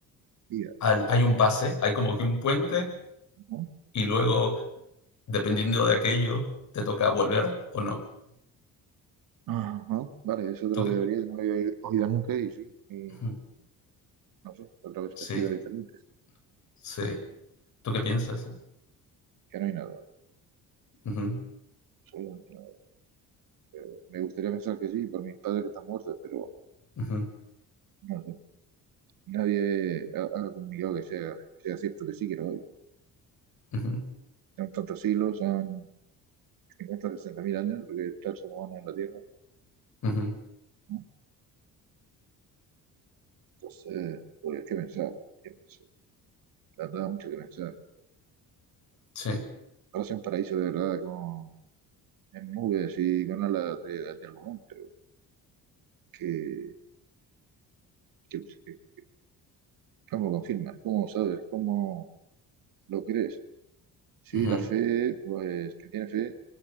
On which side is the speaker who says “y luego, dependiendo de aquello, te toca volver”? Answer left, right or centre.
Left